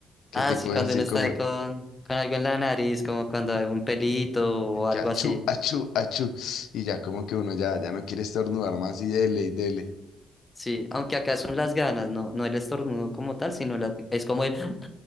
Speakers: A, on the left; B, on the left.
A: Que
B: Ah,
A: te
B: sí,
A: coge
B: cuando
A: así
B: uno está
A: como
B: ahí con, con algo en la nariz, como cuando hay un pelito o algo
A: que achú,
B: así.
A: achú, achú. Y ya como que uno ya, ya no quiere estornudar más y dele y dele.
B: Sí, aunque acá son las ganas, no, no el estornudo como tal, sino la- es como el <gasps>